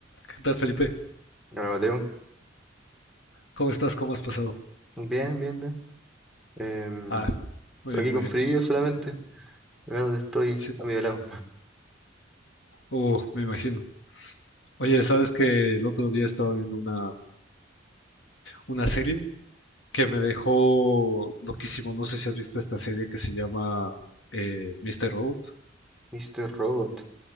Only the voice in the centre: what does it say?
Hola, Mateo.
Bien, bien, bien. Em,
estoy
aquí
con
frío solamente. Acá dónde estoy,
a mi lado.
Mr. Robot.